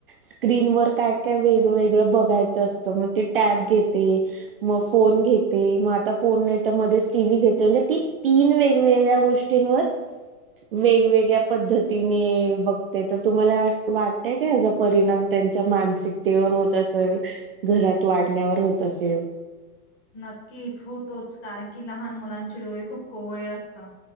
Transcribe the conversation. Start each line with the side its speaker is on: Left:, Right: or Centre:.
Right: स्क्रीनवरर काय काय वेगवेेगळं बघायचं असतं मग ते टॅब घेते मग फोन घेते मग आता फोन नाही तर मध्येच टीव्ही घेते म्हणजे ती तीन वेगवेगळ्या गोष्टींवर वेगवेगळ्या पद्धतीने बघते तर तुम्हाला वाटतय काय परिणाम त्यांच्या मानसिकतेवर होत असेल घरात वाढण्यावर होत असेल
Left: नक्कीच होतोच कारण की लहान मुलांचे डोळे खूप कोवळे असता.